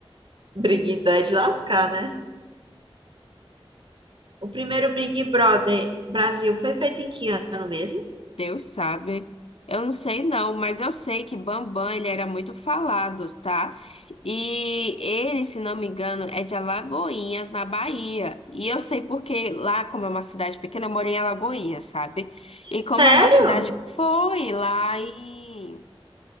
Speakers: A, on the right; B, on the left.
A: Big Do é de lascar, né? O primeiro Big Brother Brasil foi feito em que ano mesmo?
B: Deus sabe. Eu não sei não, mas eu sei que Bambam, ele era muito falado, tá? E ele, se não me engano, é de Alagoinhas, na Bahia. E eu sei porque lá, como é uma cidade pequena, eu morei em Alagoinhas, sabe? E como
A: Sério?
B: é uma cidade... Foi lá em...